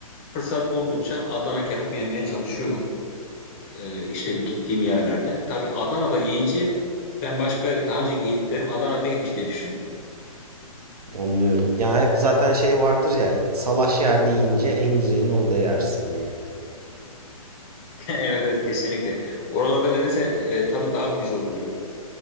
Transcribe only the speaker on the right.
Anlıyorum. Yani hep zaten şey vardır ya salaş yerde yiyince en güzelini orada yersin diye.